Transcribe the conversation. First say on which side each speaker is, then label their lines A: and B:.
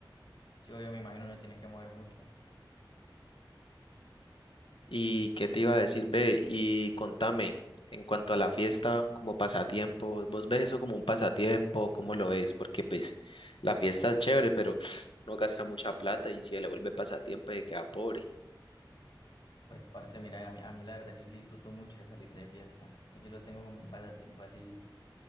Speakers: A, on the left (about 60°); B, on the left (about 85°).
A: Sí, yo me imagino no tiene que mover mucho.
B: ¿Y qué te iba a decir, ve? Y contame, en cuanto a la fiesta, como pasatiempo, ¿vos ves eso como un pasatiempo? ¿Cómo lo ves? Porque pues la fiesta es chévere, pero <sniffs> no gasta mucha plata y si le vuelve pasatiempo se queda pobre.
A: Pues, parce, mira, a mí, a mí la verdad, yo sí disfruto mucho de salir de fiesta. Yo sí lo tengo como un pasatiempo así.